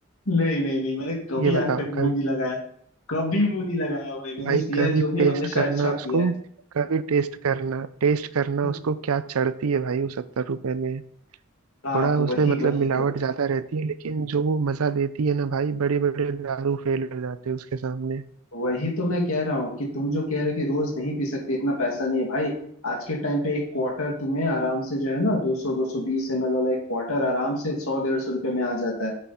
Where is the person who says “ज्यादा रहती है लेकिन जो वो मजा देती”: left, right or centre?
Right